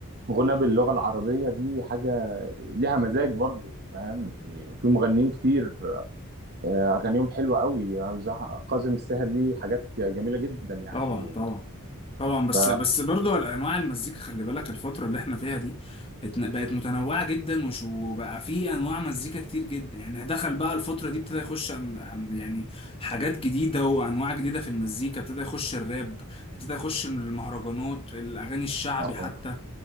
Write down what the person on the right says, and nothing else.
الغنى باللغه العربيه دي حاجه ليها مزاج برضو فاهم يعني وفي مغنيين كتير آه، اغانيهم حلوه قوي يعني زي كاظم الساهر ليه حاجات جميله جدا يعني
و...
ف...
آه.